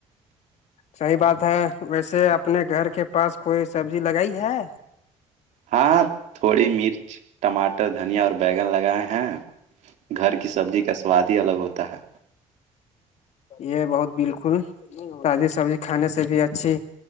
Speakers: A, on the left; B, on the right.
A: صحیح بات ہے ویسے اپنے گھر کے پاس کوئی سبزی لگائی ہے
B: ہاں تھوڑی مرچ ٹماٹر دھنیا اور بیگن لگائے ہیں گھر کی سبزی کا سواد ہی الگ ہوتا ہے
A: یہ بہت بالکل تازی سبزی کھانے سے بھی اچھی